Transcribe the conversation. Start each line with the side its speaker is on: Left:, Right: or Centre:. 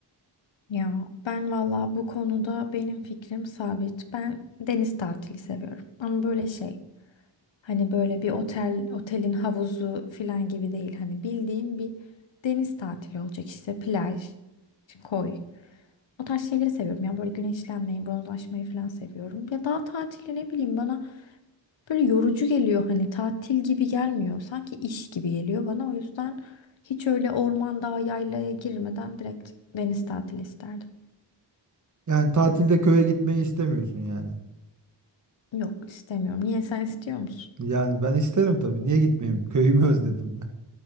Left: ya ben valla bu konuda benim fikrim sabit. Ben deniz tatili seviyorum. Ama böyle şey hani böyle bir otel otelin havuzu filan gibi değil. Hani bildiğin bir deniz tatili olacak işte plaj, koy. O tarz şeyleri seviyorum. ya böyle güneşlenmeyi, bronzlaşmayı falan seviyorum. Ya dağ tatili ne bileyim bana böyle yorucu geliyor. Hani tatil gibi gelmiyor. Sanki iş gibi geliyor bana. O yüzden hiç öyle orman, dağ, yaylaya girmeden direkt deniz tatili isterdim.
Right: Yani tatilde köye gitmeyi istemiyorsun yani.
Left: Yok istemiyorum. Niye sen istiyor musun?
Right: Yani ben isterim tabii niye gitmeyeyim köyümü özledim ben.